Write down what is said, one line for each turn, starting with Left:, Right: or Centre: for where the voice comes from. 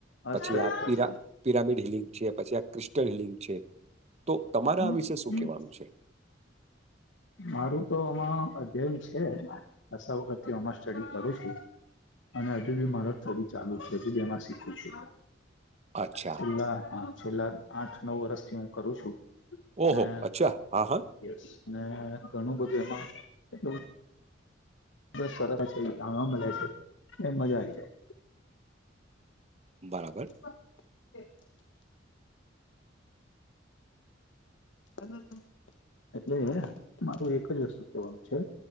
Right: પછી
Left: અસ્તરી
Right: આ
Left: થશે
Right: પીરા. પિરામિડ હિલિંગ છે પછી આ ક્રિસ્ટલ હિલિંગ છે. તો. તમારે
Left: હમ
Right: આ વિશે શું
Left: હમ.
Right: કહેવાનું <unintelligible>
Left: મારું તો આમાં અધ્યયન છે અશા વખત અમાં સ્ટડી કરું છું. અને હજુ બી મારા સ્ટડી ચાલુ છે હજુમાં શીખું છે.
Right: અચ્છા.
Left: છેલ્લા છેલ્લા આઠ નવ વર્ષથી હું કરું છું. અને
Right: ઓહો અચ્છા હા હા.
Left: યસ ને ઘણું બધું એમાં. બ સર એ જાણવામાં મજા છે એ મજા આવી જાય.
Right: બરાબર.
Left: <inaudible> ક <inaudible> એટલે મારું એક જ વસ્તુ કેવાનું છે.